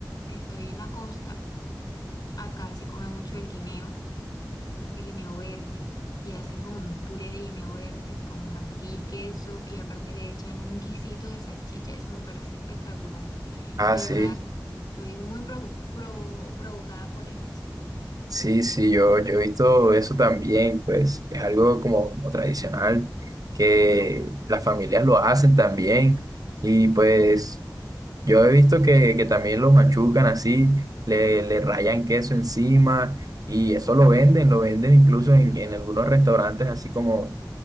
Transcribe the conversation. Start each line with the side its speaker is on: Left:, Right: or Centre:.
Left: que estoy en la costa, acá se come mucho el guineo, el guineo verde, y hacen como un puré de guineo verde con mantequilla y queso, y aparte le echan un guisito de salchicha, eso me parece espectacular.
Right: Ah,
Left: De
Right: sí.
Left: verdad, estoy muy pro- pro- provocada por eso.
Right: Sí, sí, yo, yo he visto eso también, pues es algo como, como tradicional que las familias lo hacen también y pues yo he visto que, que también lo machucan así, le, le rayan queso encima y eso lo venden, lo venden incluso en, en algunos restaurantes así como,